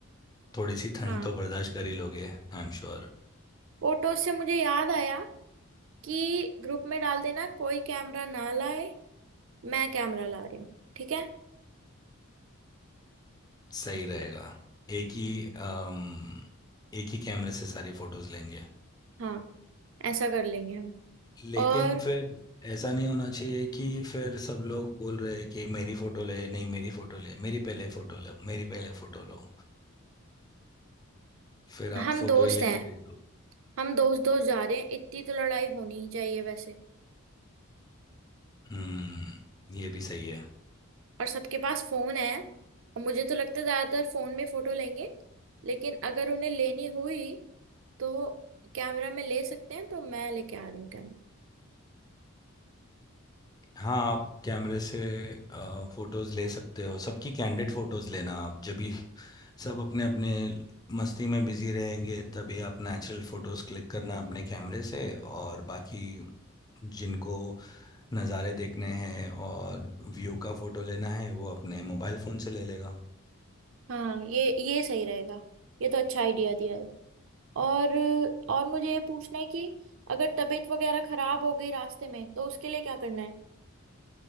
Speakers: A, on the left (about 15°); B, on the right (about 65°).
A: थोड़ी सी ठंड
B: हाँ
A: तो बर्दाश्त कर ही लोगे आई एम श्योर
B: फोटो से मुझे याद आया कि ग्रुप में डाल देना कोई कैमरा ना लाए मैं कैमरा ला रही हूँ ठीक है
A: सही रहेगा एक ही अम, एक ही कैमरे से सारी फोटोज लेंगे
B: हाँ ऐसा कर लेंगे हम
A: लेकिन
B: और
A: फिर ऐसा नहीं होना चाहिए कि फिर सब लोग बोल रहे हैं कि मेरी फोटो ले नहीं मेरी फोटो ले मेरी पहले फोटो लो मेरी पहले फोटो लो फिर आप
B: हम
A: फोटो
B: दोस्त
A: ही लेते
B: हैं
A: रह जाओ
B: हम दोस्त दोस्त जा रहे हैं इतनी तो लड़ाई होनी ही चाहिए वैसे
A: हम्म ये भी सही है
B: और सबके पास फोन है और मुझे तो लगता है ज्यादातर फोन में फोटो लेंगे लेकिन अगर उन्हें लेनी हुई तो कैमरा में ले सकते हैं तो मैं लेके आ रही हूँ कैमरा
A: हाँ आप कैमरे से फोटोज ले सकते हो सबकी कैंडिड फोटोज लेना आप जब भी सब अपने अपने मस्ती में बिजी रहेंगे तभी आप नेचुरल फोटोज क्लिक करना अपने कैमरे से और बाकी जिनको नज़ारे देखने हैं और व्यू का फोटो लेना है वो अपने मोबाइल फ़ोन से ले लेगा
B: हाँ ये ये सही रहेगा ये तो अच्छा आइडिया दिया है और और मुझे ये पूछना है कि अगर तबीयत वगैरह खराब हो गई रास्ते में तो उसके लिए क्या करना है